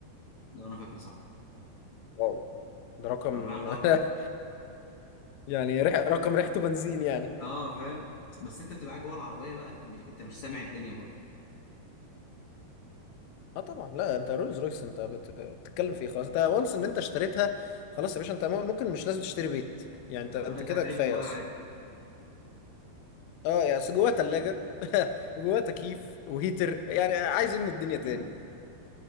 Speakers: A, on the left; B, on the left.
A: لو انا فاكر صح
B: واو ده رقم
A: عربيه عملاقه
B: <laughs> يعني رح... رقم ريحته بنزين يعني
A: اه فاهم بس انت بتبقى قاعد جوه العربيه بقى انت مش انت مش سامع الدنيا بره
B: اه طبعا لا انت رولز رويس انت بت... بتتكلم في ايه خلاص انت وانس ان انت اشتريتها خلاص يا باشا انت ممكن مش لازم تشتري بيت يعني انت انت
A: آه، انت
B: كده
A: هتعيش
B: كفايه
A: جواها
B: اصلا
A: عادي
B: اه يعني أصل جواها تلاجة <laughs> وجواها تكييف وهيتر يعني عايز من الدنيا تاني
A: مم.